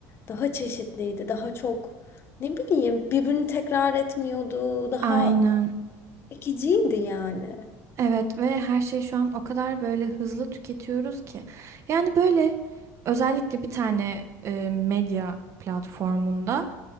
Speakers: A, on the left; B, on the right.
A: daha çeşitliydi, daha çok ne bileyim birbirini tekrar etmiyordu, daha
B: aynen.
A: Çekiciydi yani.
B: Evet ve her şey şu an o kadar böyle hızlı tüketiyoruz ki. Yani böyle özellikle bir tane e, medya platformunda